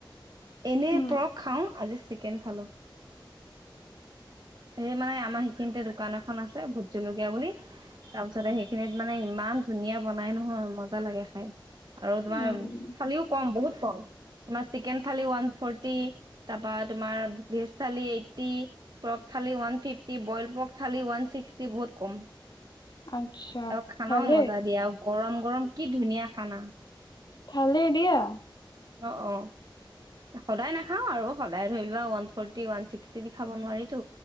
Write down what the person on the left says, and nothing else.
উম,
উম।
আচ্ছা,
ভালে
খালে এ দিয়া।